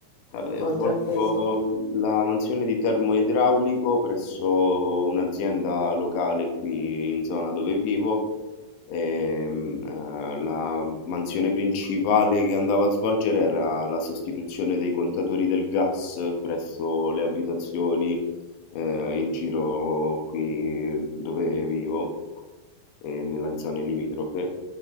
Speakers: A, on the left; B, on the left.
A: Allora,
B: oltre
A: ho svolto
B: a questo?
A: mh, la mansione di termoidraulico presso un'azienda locale qui in zona dove vivo Ehm, eh, la mansione principale che andava a svolgere era la sostituzione dei contatori del gas presso le abitazioni eh, in giro qui dove vivo e nella zona limitrofe.